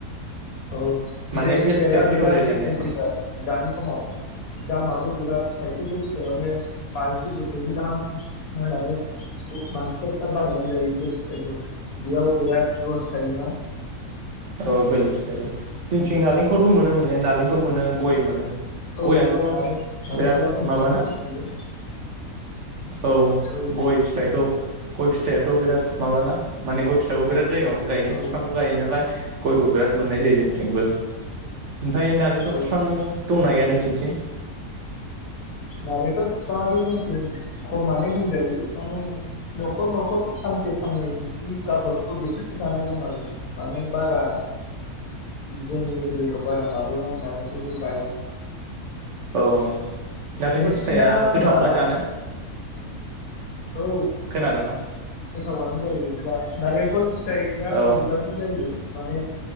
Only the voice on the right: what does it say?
माने
बेहेल
फिथाइयाबो गोथाव
जायो
जानाया
औ बेल फिथाय औ जोंनिथिं नारलेंखरबो मोनो मोननाय नालेंखर मोनो गय मोनो
गयाथ'
बिराद
माबाना
औ
गय फिथाइखौ गय फिथाइयाथ' बिराद माबाना माने गय फिथाइखौ बिराद जायगायावनो गायो
फिफांखौ गायो नालाय गयखौ बिराद मोननाय जायो जोंथिंबो। ओमफ्राय नालेंखर
फिफां दंना गैया नोंसि थिं
औ नालेंखर
फिथाइया
गोथावना जानो?
खोनादोंना?
औ